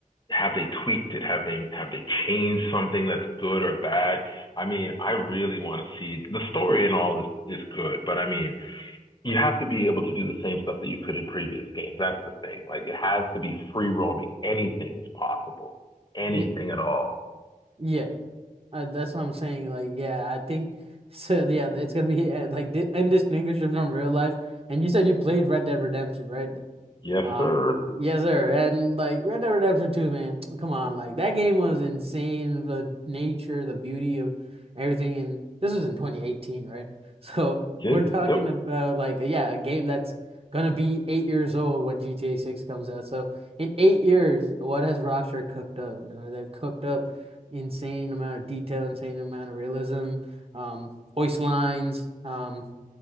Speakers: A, on the left; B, on the right.
A: have they tweaked it? Have they have they changed something that's good or bad? I mean, I really want to see the story and all is is good, but I mean, you have to be able to do the same stuff that you could in previous games. That's the thing. Like it has to be free roaming. Anything is possible. Anything
B: Yeah,
A: at all.
B: yeah, uh, that's what I'm saying. Like, yeah, I think <laughs> so. Yeah, it's gonna be uh, like di indistinguishable from real life. And you said you played Red Dead Redemption, right?
A: Yes,
B: Um,
A: sir.
B: yes, sir. And like Red Dead Redemption 2, man, come on, like that game was insane. The nature, the beauty of everything, and this was in 2018, right? <laughs> So
A: Gen-
B: we're talking
A: Yep.
B: about like yeah, a game that's gonna be eight years old when GTA 6 comes out. So in eight years, what has Rockstar cooked up? You know, they've cooked up insane amount of detail, insane amount of realism, um, voice lines. um